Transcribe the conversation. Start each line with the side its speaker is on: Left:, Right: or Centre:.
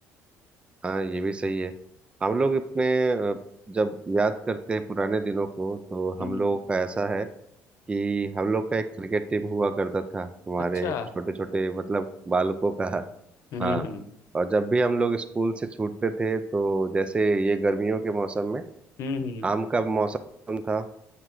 Right: हाँ ये भी सही है हम लोग अपने अ, जब याद करते हैं पुराने दिनों को तो
Left: हम्म
Right: हम लोगों का ऐसा है कि हम लोग का एक क्रिकेट टीम हुआ करता था हमारे
Left: अच्छा
Right: छोटे छोटे मतलब बालकों का
Left: हम्म
Right: हाँ
Left: हम्म
Right: और जब भी हम लोग स्कूल से छूटते थे तो जैसे ये गर्मियों के मौसम में
Left: हम्म हम्म,
Right: आम का मौसम था